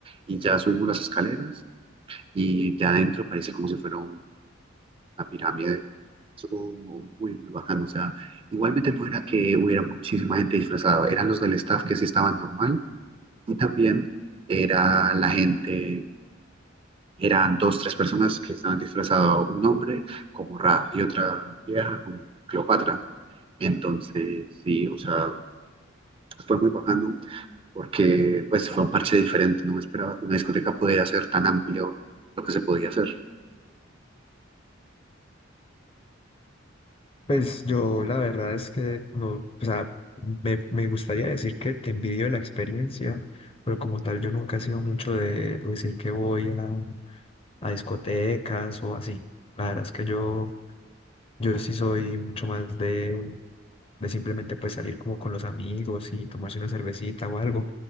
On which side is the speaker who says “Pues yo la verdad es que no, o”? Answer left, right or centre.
Left